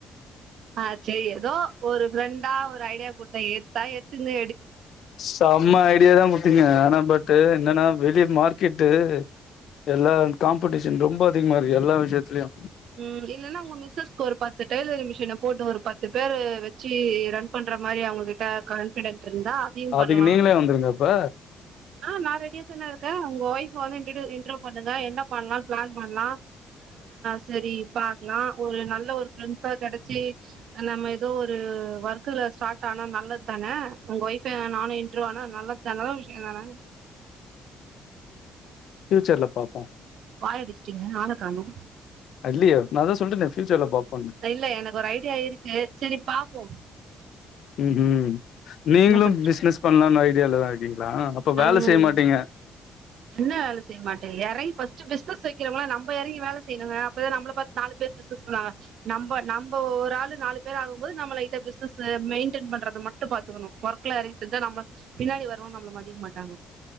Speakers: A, on the right (about 70°); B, on the left (about 70°).
A: ஆஹ் சேரி ஏதோ ஒரு ப்ரெண்டா ஒரு ஐடியா கொடுத்தேன் ஏடுத்தா எடுத் தூங்க
B: செம ஐடியா தான் குடுத்தீங்க ஆனா பட்டு் என்னன்னா வெளி மார்க்கெட்டு எல்லா காம்படிஷன் ரொம்ப அதிகமா இருக்கு எல்லா விஷயத்தலயும்
A: ம் இல்லன்னா உங்க மிஸ்ஸஸ்க்கு ஒரு பத்து டெய்லரிங் மிஷின போட்டு ஒரு பத்து பேரு வச்சு ரன் பண்ற மாரி அவங்கிட்ட கான்பிடன்ஸ் இருந்தா அதையும்
B: அதுக்கு
A: பண்ணலா
B: நீங்களே வந்துருங்க அப்ப
A: நான் ரெடியா தானே இருக்கேன் உங்க வைப் வந்து இன்றோ பண்ணுங்க என்ன பண்ணலா பிளான் பண்ணலா சேரி பாக்கலாம் ஒரு நல்ல ஒரு ஃரெண்ட்ஸா கிடச்சி நம்ப ஏதோ ஒரு ஒர்க்கல ஸ்டார்ட் ஆனா நல்லது தானே உங்க வைப் என்ன நானு இன்றோ ஆனா நல்லது தான நல்ல விஷய தானே
B: ஃபியூச்சர்ல பாப்போ
A: வாய அடிச்சிட்டீங்க ஆளக்காணு
B: இல்லையே! நான் சொல்டேனே ஃபியூச்சர்ல பாப்
A: இல்ல எனக்கு ஒரு ஐடியா இருக்கு சேரி பாப் போம்
B: உம் உம் நீங்களும்
A: பண்ற
B: பிசினஸ் பண்ணலானு ஐடியால தான் இருக்கீங்களா ஆ அப்ப வேல
A: ம்
B: செய்ய மாட்டீங்க
A: என்ன வேலை செய்யமாட்டீங்க இறங்கி ஃபர்ஸ்ட் பிசினஸ் வைக்கிறவங்களா நம்ம இறங்க வேலை செய்யணுங்க அப்ப தா நம்மள பாத்து நாலு பேரு பிசினஸ்ல நம்ம நம்ம ஒரு ஆள் நாலு பேர் ஆகும் போது நம்ம லைட்டா பிசினஸ் மெயின்டெய்ன் பண்றத மட்டும் பாத்துக்கனும் ஒர்க்ல எறங்கி செஞ்சா நம்ம பின்னாடி வரவங்க நம்மள மதிக்க மாட்டாங்க